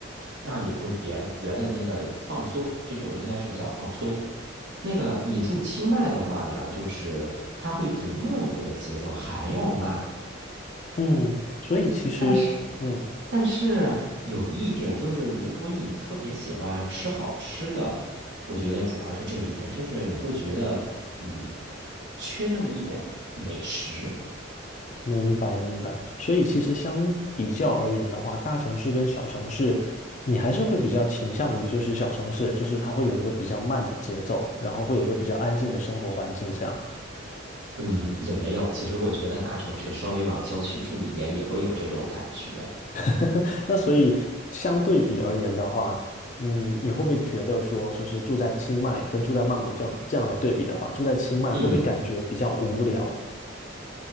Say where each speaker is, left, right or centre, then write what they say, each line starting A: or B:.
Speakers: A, on the right (about 65°); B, on the left (about 40°).
A: 让你会别觉得那个放松，这种应该是叫放松。那个你住清迈的话呢，就是它会比曼谷的节奏还要慢，
B: 嗯，所以其实，
A: 但是，
B: 嗯。
A: 但是有一点就是，如果你特别喜欢吃好吃的，我觉得主要是这一点，就是你会觉得，嗯，缺那么一点美食，
B: 明白，明白。所以其实相比较而言的话，大城市跟小城市，你还是会比较倾向于就是小城市，就是它会有一个比较慢的节奏，然后会有一个比较安静的生活环境这样。
A: 嗯，也没有。其实我觉得大城市稍微往郊区住一点，也会有这种感觉。
B: <laughs> 那所以相对比而言的话，嗯，你会不会觉得说，就是住在清迈跟住在曼谷这样这样来对比的话，住在清迈会不会感觉比较无聊，
A: 嗯。